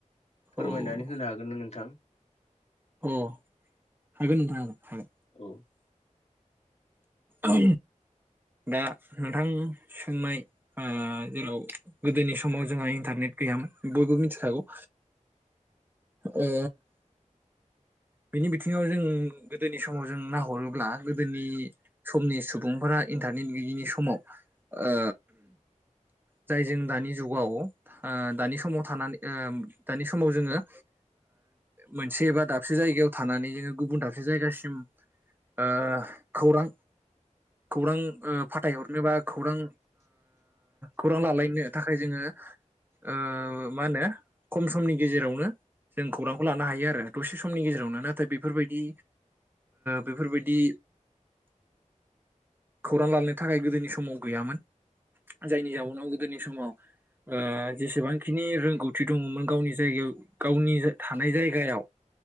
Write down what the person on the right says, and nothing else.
औ
अ हागोन नोंथांङ हागोन
औ दा नोंथां सोंनाय ओ जेराव गोदोनि समाव जोंहा इन्टारनेट गैयामोन बयबो मिथिखागौ ओ। बिनि बिथिङाव जों गोदोनि समाव जों नाहरोब्ला गोदोनि समनि सुबुंफोरा इन्टारनेट गैयिनि समाव ओ जाय जों दानि जुगाव ओ दानि समाव थानानै ओ दानि समाव जोङो ओ मोनसे एबा दाब दाबसे जायगायाव थानानै जोङो गुबुन दाबसे जायगासिम ओ खौरां खौरां फाथायहरनो बा खौरां खौरां लालायनो थाखाय जोङो ओ मा होनो खम समनि गेजेरावनो जों खौरांखौ लानो हायो आरो दसे सम समनि गेजेरावनो नाथाय बेफोरबायदि बेफोरबायदि खौरां लानो थाखाय गोदोनि समाव गैयामोन जायनि जाउनाव गोदोनि समाव ओ जेसेबांखिनि रोंगौथि दङमोन गावनि जायगायाव गावनि थानाय जायगायाव